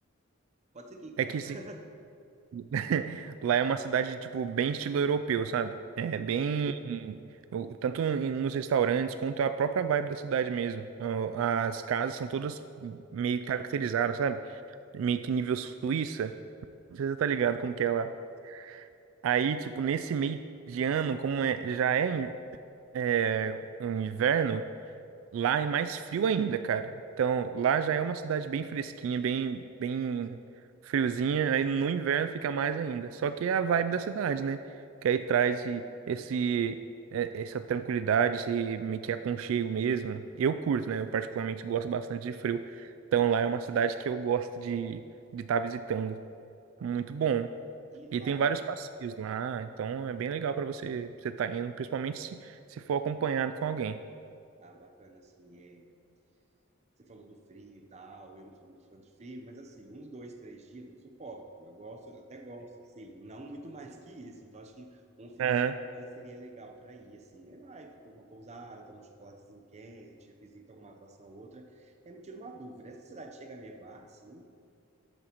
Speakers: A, on the right; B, on the right.
A: pode seguir com
B: É
A: ela.
B: que se-
A: <laughs>
B: <laughs> lá é uma cidade, tipo, bem estilo europeu, sabe? É
A: Hum,
B: bem. o- Tanto em- nos restaurantes quanto a própria vibe da cidade mesmo. Ó, As casas são todas meio caracterizadas, sabe? Meio que nível Suíça. Não sei
A: sim.
B: se você tá ligado como que é lá. Aí, tipo, nesse meio de ano, como é, já é, in- é um inverno, Lá é mais frio ainda, cara. Então, lá já é uma cidade bem fresquinha, bem, bem friozinha. Aí no inverno fica mais ainda. Só que é a vibe da cidade, né? Que aí traz e- esse, é- essa tranquilidade, esse meio que aconchego mesmo. Eu curto, né? Eu particularmente gosto bastante de frio. Então, lá é uma cidade que eu gosto de de estar visitando.
A: Ah,
B: Muito
A: ba-
B: bom.
A: E lá,
B: E tem vários
A: deixa-
B: passeios lá. Então, é bem legal para você você estar indo, principalmente se, se for acompanhado com alguém.
A: ah, bacana, assim, é. Você falou do frio e tal, eu não sou muito fã de frio, mas assim, uns dois, três dias eu suporto. Eu gosto, até gosto, assim, não muito mais que isso. Então, acho que um final
B: <laughs>
A: de semana seria legal para ir, assim. Aí vai, fica numa pousada, toma um chocolatezinho quente, visita alguma atração ou outra. Aí me tira uma dúvida: essa cidade chega a nevar, assim?